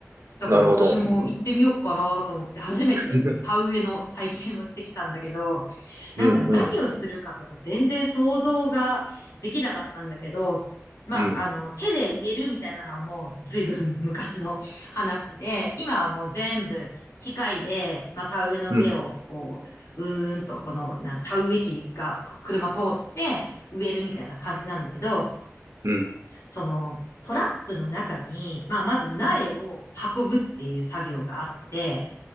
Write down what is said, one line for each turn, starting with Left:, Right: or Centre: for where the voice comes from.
Left: だから私も行ってみようかなと思って、
Right: なるほど。
Left: 初めて田植えの体験をしてきたんだけど、
Right: う
Left: なんか何をするかとか全然想像ができなかったんだけど、
Right: ん。うん。
Left: まあ、
Right: うん。
Left: あの、手で植えるみたいなのはもう随分昔の話で、今はもう全部機械で、まあ、田植えの上をこう、
Right: うん。
Left: うーんとこの、な、田植え機がこう車通って植えるみたいな感じなんだけど、
Right: うん。
Left: そのトラックの中に、まあ、まず苗を運ぶっていう作業があって、